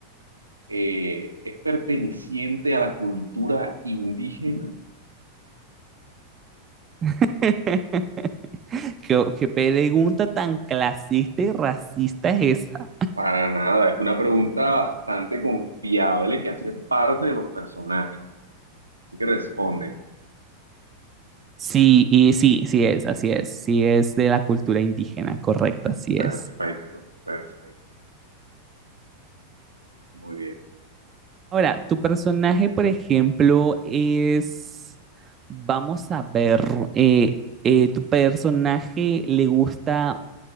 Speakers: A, on the right; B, on the right.
A: eh, es perteneciente a la cultura indígena?
B: <laughs> ¿Qué, qué pregunta tan clasista y racista es esa?
A: Para nada, es una pregunta bastante confiable que hace parte de los personajes. Así que responde,
B: Sí, y sí, sí es, así es, sí es de la cultura indígena, correcto, así
A: perfecto,
B: es.
A: perfecto, muy bien.
B: Ahora, tu personaje, por ejemplo, es, vamos a ver, eh, eh, ¿tu personaje le gusta